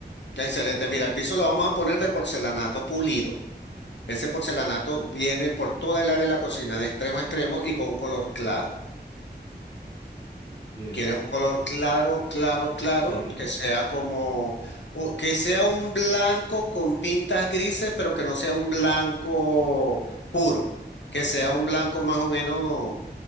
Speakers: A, on the left; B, on the right.
A: excelente. Mira, el piso lo vamos a poner de porcelanato pulido. Ese porcelanato viene por toda el área de la cocina, de extremo a extremo y con un color claro.
B: Bien,
A: Quieres un color claro, claro, claro,
B: sí.
A: que sea como, o que sea un blanco con pintas grises, pero que no sea un blanco puro, que sea
B: Pero
A: un blanco más o menos,